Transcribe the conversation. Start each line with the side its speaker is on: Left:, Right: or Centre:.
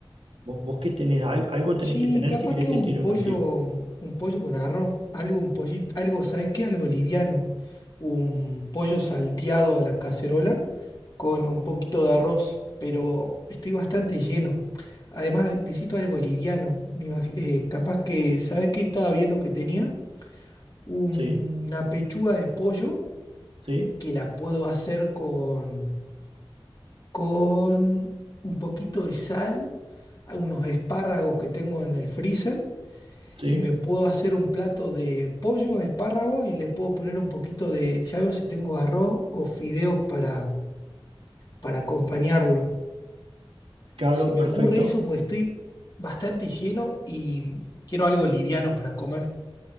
Right: Vos, vos qué tenés, Al- algo tenés
Left: Sí,
Right: que tener
Left: capaz
Right: si querés
Left: que hago
Right: te
Left: un
Right: tiro
Left: pollo,
Right: unos tips.
Left: un pollo con arroz, algo, un pollito, algo, ¿sabes qué? Algo liviano. Un pollo salteado a la cacerola con un poquito de arroz, pero estoy bastante lleno. Además, necesito algo liviano. Me imag- eh, capaz que, ¿sabes qué estaba viendo que tenía? Un-
Right: Sí,
Left: una pechuga de pollo
Right: sí,
Left: que la puedo hacer con, con un poquito de sal, unos espárragos que tengo en el freezer,
Right: sí.
Left: y me puedo hacer un plato de pollo, espárrago, y le puedo poner un poquito de, ya veo si tengo arroz o fideos para, para acompañarlo.
Right: Claro,
Left: Se me
Right: perfecto.
Left: ocurre eso, pues estoy bastante lleno y quiero algo liviano para comer.